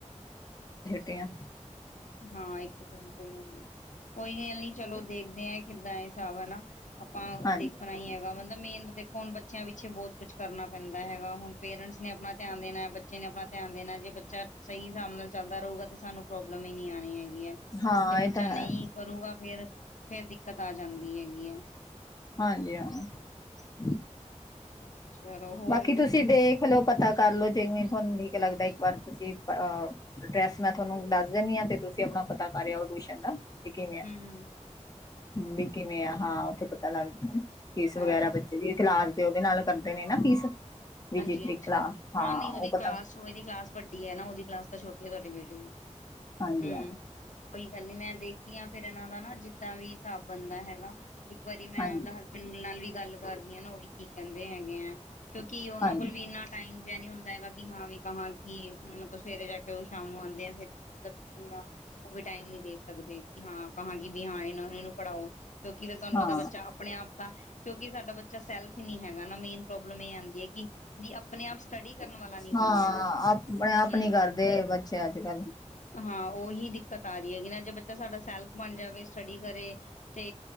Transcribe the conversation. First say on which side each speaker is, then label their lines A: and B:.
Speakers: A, on the left (about 30°); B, on the left (about 75°).
A: ਤੇ ਆ।
B: ਹਾਂ ਇੱਕ ਦੋਨ ਤੋਂ ਹੀ ਹੋ ਕੋਈ ਗੱਲ ਨੀ ਚਲੋ ਦੇਖਦੇ ਆ ਕਿੱਦਾਂ ਹਿਸਾਬ ਹਨਾ ਆਪਾਂ
A: ਹਾਂਜੀ
B: ਦੇਖਣਾ ਹੀ ਹੈਗਾ ਮਤਲਬ ਮੇਨ ਫੋਣ ਬੱਚਿਆਂ ਪਿੱਛੇ ਬਹੁਤ ਕੁਛ ਕਰਨਾ ਪੈਂਦਾ ਹੈਗਾ ਹੁਣ ਪੇਰੈਂਟਸ ਨੇ ਆਪਣਾ ਧਿਆਨ ਦੇਣਾ ਬੱਚੇ ਨੇ ਆਪਣਾ ਧਿਆਨ ਦੇਣਾ ਜੇ ਬੱਚਾ ਸਹੀ ਹਿਸਾਬ ਨਾਲ ਚੱਲਦਾ ਰਹਹੇਗਾ ਤੇ ਸਾਨੂੰ ਪ੍ਰੋਬਲਮ ਨੀ ਆਉਣੀ ਹੈਗੀ ਹੈ
A: ਹਾਂ
B: ਜੇ ਬੱਚਾ
A: ਇਹ ਤਾਂ ਹੈ
B: ਨਹੀਂ ਕਰੂਗਾ ਫੇਰ ਫੇਰ ਦਿੱਕਤ ਆ ਜਾਂਦੀ ਹੈਗੀ। ਹੈ ਆ।
A: ਹਾਂਜੀਿਆ। ਅ
B: ਚਲੋ ਹੋਰ
A: ਬਾਕੀ ਤੁਸੀਂ ਦੇਖ ਲਓ ਪਤਾ ਕਰਲੋ ਜਿਵੇਂ ਤੁਹਾਨੂੰ ਠੀਕ ਲੱਗਦਾ। ਪਰ ਤੁਸੀਂ ਐਡਰੈਸ ਮੈਂ ਤੁਹਾਨੂੰ ਦੱਸ ਦਦੀ ਆ ਤੁਸੀਂ ਆਪਣਾ ਪਤਾ ਕਰਯ ਟਊ ਦਾ। ਵਿੀ ਮਿਆ
B: ਹਮ
A: ਬਕੀ ਮਿਆ ਹਾਂ। ਲਦਾ। ਫੀਸ
B: ਹਾਂ
A: ਵਗੈਰਾ
B: ਚਲੋ
A: ਬੱਚੇ ਦੀ ਕਲਾਸ ਉਹਦੇ ਨਾਲ ਕਰਦੇ ਨੇ ਨਾ ਫੀਸ ਵਿਜਿਟ
B: ਹਾਂਜੀ
A: ਦੀ
B: ਹਾਂਜੀ
A: ਕਲਾ
B: ਹਾਂ ਨ ਉਹਦੀ
A: ਉਹ
B: ਕਲਾਸ
A: ਪਤਾ
B: ਇਹਦੀ ਕਲਾਸ ਵੱਡੀ ਹੈ ਨਾ ਉਹਦੀ ਕਲਾਸ ਤਾਂ ਛੋਟੀ ਤੁਹਾਡੇ ਬੇਟੇ
A: ਹਾਂਜੀ
B: ਹੂੰ,
A: ਹਾਂ
B: ਕੋਈ ਗੱਲ ਨੀ ਮੈਂ ਦੇਖਦੀ ਹਾਂ ਫਿਰ ਇਹਨਾਂ ਦਾ ਨਾ ਜਿੱਦਾਂ ਵੀ ਹਾਬ ਬੰਦਾ ਹੈਗਾ ਇੱਕ ਵਾਰੀ ਮੈਂ
A: ਹਾਂਜੀ
B: ਮਤਲਬ ਹਸਬੈਂਡ ਨਾਲ ਵੀ ਗੱਲ ਕਰਦੀ ਹਾਂ ਨਾ ਉਹ ਵੀ ਕੀ ਕਹਿੰਦੇ ਹੈਗੇ ਆ ਕਿਉਂਕਿ ਕੀ ਉਹਨਾਂ
A: ਹਾਂਜੀ
B: ਕੋਲ ਵੀ ਇੰਨਾ ਟਾਈਮ ਨੀ ਹੁੰਦਾ ਹੈਗਾ ਵੀ ਹਾਂ ਵੀ ਕਹਾਂ ਕਿ ਮਤਲਬ ਸਵੇਰੇ ਜਾ ਕੇ ਉਹ ਸ਼ਾਮ ਨੂੰ ਆਉਂਦੇ ਆ ਫੇਰ ਮਤਲਬ ਉਹ ਵੀ ਟਾਈਮ ਨੀ ਦੇ ਸਕਦੇ ਕਿ ਹਾਂ ਕਾਂ ਕਿ ਵੀ ਹਾਂ ਇਹ ਨੂੰ ਪੜ੍ਹਾਓ ਕਿਉਂਕਿ ਫਿਰ ਤੁਹਾਨੂੰ
A: ਹਾਂ
B: ਪਤਾ ਬੱਚਾ ਆਪਣੇ ਆਪ ਦਾ ਕਿਉਂਕਿ ਸਾਡਾ ਬੱਚਾ ਬੱਚਾ ਸੈਲਫ ਹੀ ਨਹੀਂ ਹੈਗਾ ਨਾ ਮੇਨ ਪ੍ਰੋਬਲਮ ਇਹ ਆਂਦੀ ਕਿ ਜ ਆਪਣੇ ਆਪ ਸਟੱਡੀ ਕਰਨ ਵਾਲਾ ਨੀ ਬਣਿਆ
A: ਹਾਂ
B: ਹੈਗਾ
A: ਆਪਣੇ ਆਪ
B: ਹਮ
A: ਨੀ ਕਰਦੇ ਬੱਚੇ ਅੱਜ ਕੱਲ
B: ਹਾਂ ਉਹੀ ਦਿੱਕਤ ਸਾਰੀ ਹੈਗੀ ਨਾ ਜੇ ਬੱਚਾ ਸਾਡਾ ਸੈਲਫ ਬਣ ਜਾਵੇ ਸਟੱਡੀ ਕਰੇ ਤੇ